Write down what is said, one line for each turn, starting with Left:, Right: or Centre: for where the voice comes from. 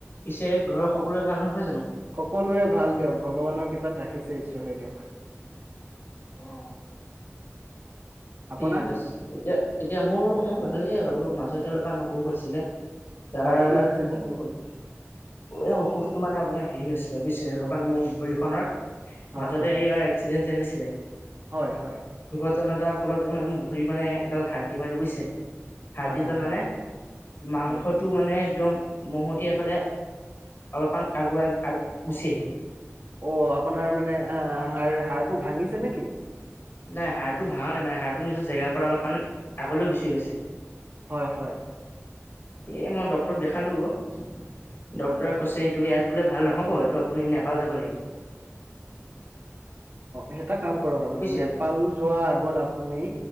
Left: পিছে ঘৰৰ সকলোৱে ভাল নহয় জানো?
Right: সকলোৰে ভাল দিয়ক, ভগৱানৰ কৃপাত ৰাখিছে ঈশ্বৰে দিয়ক।
Left: অ'।
Right: আপোনাৰ
Left: ঠিক আছে এতিয়া এতিয়া মোৰ মোৰ ভালেই আৰু মাজতে অলপা ন সুষ হৈছিলে। তাৰ
Right: হয় কি হৈছিলে?
Left: ঔষধ এই অসুখটো মানে আপোনাৰ <unintelligible> বুইছে অলপমান মোৰ ভৰি খনৰ।
Right: হয়
Left: মাজতে
Right: হয়
Left: এইবাৰ এক্সিডেণ্ট যে হৈছিলে।
Right: হয়', হয়।
Left: <unintelligible> ফলতে মানে ভৰি মানে এডাল হাৰ দি মানে বুইছে। হাৰদিদাল
Right: হয় হয়
Left: মানে মাংসটো
Right: হয়
Left: মানে একদম মহতিয়াই পেলাই অলপমান আগুৱাই গুচি আহিলে।
Right: অ আপোনাৰ মানে আহ হাড় হাড়টো ভাঙিছে নেকি?
Left: নাই হৰটো ভঙা নাই মানে হাৰ নিজৰ জেগাৰ পৰা অলপমান আগলৈ গুচি গৈছে।
Right: হয় হয়।
Left: সেই মই ডক্তৰক দেখালো গ। ডক্তৰে
Right: হয়
Left: কৈছে এইটো ইয়াত বোলে ভাল নহ'ব এইটো আপুনি নেপাল যাব লাগিব।
Right: সঁ তাক <unintelligible> কাম কৰক আপুনি
Left: বুজিছে
Right: নেপাল যোৱাৰ আগত শুনি